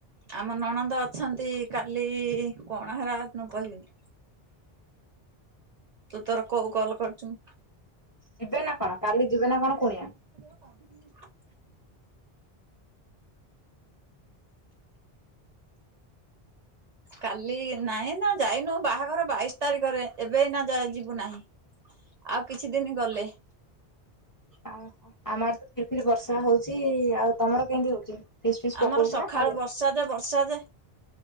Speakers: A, on the right; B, on the left.
A: ଆମ ନଣନ୍ଦ ଅଛନ୍ତି। କାଲି କଣ ହେରା ନୁ କହିବିନି। ତୁ ତୋର କୋଉ କଲ କରିଛୁଁ।
B: ଯିବେ ନା କଣ କାଲି ଯିବେ ନା କଣ କୁଣିଆ?
A: ଚାବି ଦିଆ ହେଇଚି। କାଲି ନାହିଁ ନା ଯାଇନୁ। ବାହାଘର ବାଇଶ ତାରିଖରେ ଏବେ ଏଇନା ଯା ଯିବୁ ନାହିଁ ଆଉ କିଛି ଦିନି ଗଲେ।
B: ଆ ହଁ। ଆମ ଆଡ଼େ ଫିରି ଫିରି ବର୍ଷା ହଉଛି। ଆଉ ତମର କେମିତି ହଉଛି ଫିସ୍ ଫିସ୍
A: ଆମର
B: ପକଉଛି
A: ସକାଳୁ
B: ନା ଖାଲି?
A: ବର୍ଷା ଯେ ବର୍ଷା ଯେ।